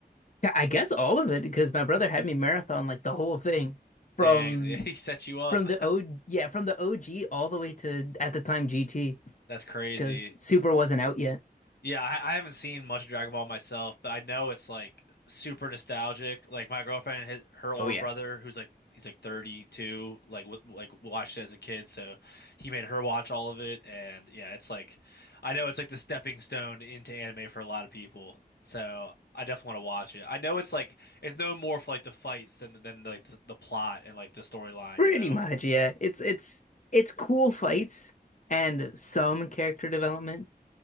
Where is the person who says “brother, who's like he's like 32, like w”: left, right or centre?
Left